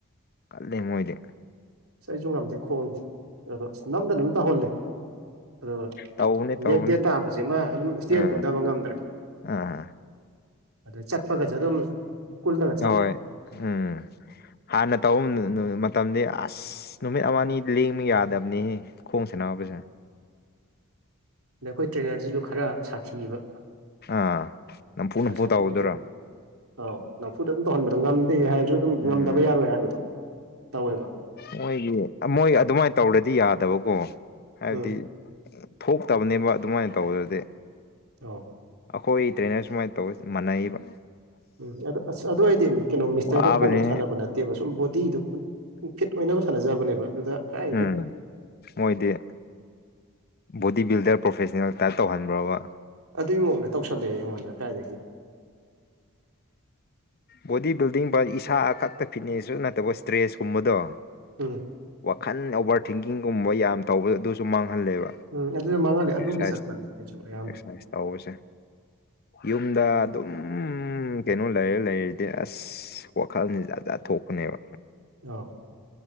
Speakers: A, on the left (about 45°); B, on the right (about 75°).
A: ꯀꯜꯂꯦ ꯃꯣꯏꯗꯤ
B: ꯑꯁ ꯑꯩꯖꯨ ꯉꯝꯗꯦ ꯈꯣꯡꯗꯤ ꯑꯗꯣ ꯑꯁ ꯅꯝꯗꯅ ꯑꯗꯨꯝ ꯇꯧꯍꯜꯂꯦ ꯑꯗꯨꯒ
A: ꯇꯧꯕꯅꯦ ꯇꯧꯕꯅꯦ
B: ꯂꯦ ꯗꯦ ꯇꯥꯕꯁꯦꯃ ꯑꯗꯨꯝ ꯏꯁꯇꯤꯌꯔ
A: ꯑꯥ
B: ꯀꯨꯝꯊꯕ ꯉꯝꯗ꯭ꯔꯦ
A: ꯑꯥ
B: ꯑꯗ ꯆꯠꯄꯒꯖꯦ ꯑꯗꯨꯝ ꯀꯨꯜꯂꯒ ꯆꯠꯂꯦ
A: ꯑꯍꯣꯏ ꯎꯝ ꯍꯥꯟꯅ ꯇꯧꯕ ꯃꯇꯝꯗꯤ ꯑꯁ ꯅꯨꯃꯤꯠ ꯑꯃ ꯅꯤ ꯂꯦꯡꯕ ꯌꯥꯗꯝꯅꯤꯍꯦ ꯈꯣꯡꯁꯅꯕꯁꯦ
B: ꯅꯈꯣꯏ ꯇ꯭ꯔꯦꯅꯔꯗꯨꯖꯨ ꯈꯔ ꯁꯥꯊꯤꯑꯦꯕ
A: ꯑꯥ ꯅꯝꯐꯨ
B: ꯈꯔ
A: ꯅꯝꯐꯨ
B: ꯁꯊꯤꯕ
A: ꯇꯧꯗꯣꯏꯔꯣ
B: ꯍꯦꯜ ꯑꯥꯎ ꯅꯝꯐꯨꯗ ꯑꯗꯨꯝ ꯇꯧꯍꯟꯕꯗꯣ ꯉꯝꯗꯦ ꯍꯥꯏꯔꯖꯨ ꯑꯗꯨꯝ
A: ꯎꯝ
B: ꯉꯝꯗꯕ ꯌꯥꯔꯣꯏ ꯍꯥꯏꯕꯗꯣ ꯇꯧꯋꯦꯕ
A: ꯃꯣꯏꯒꯤ ꯃꯣꯏ ꯑꯗꯨꯃꯥꯏꯅ ꯇꯧꯔꯗꯤ ꯌꯥꯗꯕꯀꯣ ꯍꯥꯏꯕꯗꯤ
B: ꯎꯝ
A: ꯊꯣꯛꯇꯕꯅꯦꯕ ꯑꯗꯨꯃꯥꯏꯅ ꯇꯧꯕꯗꯗꯤ
B: ꯑꯣ
A: ꯑꯩꯈꯣꯏ ꯇ꯭ꯔꯦꯅꯔ ꯁꯨꯃꯥꯏ ꯇꯧ ꯌꯦ ꯃꯥꯟꯅꯩꯕ
B: ꯎꯝ ꯑꯗꯣ ꯑꯁ ꯑꯗꯨ ꯑꯣꯏꯗꯤꯝ ꯀꯩꯅꯣ ꯃꯤꯁꯇꯔꯒ
A: ꯋꯥꯕꯅꯦ
B: ꯊꯣꯛꯅꯕ ꯁꯥꯟꯅꯕ ꯅꯠꯇꯦꯕ ꯁꯨꯝ ꯕꯣꯗꯤꯗꯨ ꯐꯤꯠ ꯑꯣꯏꯅꯕ ꯁꯥꯟꯅꯖꯕꯅꯦꯕ ꯑꯗꯨꯗ ꯀꯗꯥꯏꯗꯒꯤ
A: ꯎ ꯃꯣꯏꯗꯤ ꯕꯣꯗꯤ ꯕꯤꯜꯗꯔ ꯄ꯭ꯔꯣꯐꯦꯁꯅꯦꯜ ꯇꯥꯏꯞ ꯇꯧꯍꯟꯕ꯭ꯔꯕ
B: ꯑꯗꯨꯏ ꯃꯑꯣꯡꯗ ꯇꯧꯁꯜꯂꯛꯑꯦ ꯑꯩꯉꯣꯟꯗ ꯀꯥꯏꯗꯒꯤ
A: ꯕꯣꯗꯤ ꯕꯤꯜꯗꯤꯡ ꯚꯥꯏ ꯏꯁꯥ ꯈꯛꯇ ꯐꯤꯠꯅꯦꯁꯁꯨ ꯅꯠꯇꯕ ꯏꯁꯇ꯭ꯔꯦꯁ ꯀꯨꯝꯕꯗꯣ
B: ꯎꯝ
A: ꯋꯥꯈꯜ ꯑꯣꯕꯔ ꯊꯤꯡꯀꯤꯡꯒꯨꯝꯕ ꯌꯥꯝ ꯇꯧꯕ ꯑꯗꯨ ꯇꯨ ꯃꯥꯡꯍꯜꯂꯦꯕ
B: ꯎꯝ ꯑꯗꯨꯗ ꯃꯥꯡꯍꯜꯂꯦ ꯑꯗꯨꯒꯤ
A: ꯑꯦꯛꯁꯔꯁꯥꯏꯖ
B: ꯆꯠꯄꯅꯦ ꯑꯩꯁꯨ ꯑꯌꯥꯝꯕ
A: ꯑꯦꯛꯁꯁꯥꯏꯁ ꯇꯧꯕꯁꯦ ꯌꯨꯝꯗ ꯑꯗꯨꯝ ꯀꯩꯅꯣ ꯂꯩꯔ ꯂꯩ ꯗꯤ ꯑꯁ ꯋꯥꯈꯜꯅꯤ ꯖꯥꯠꯖꯥꯠ ꯊꯣꯛꯄꯅꯦꯕ
B: ꯑꯥꯎ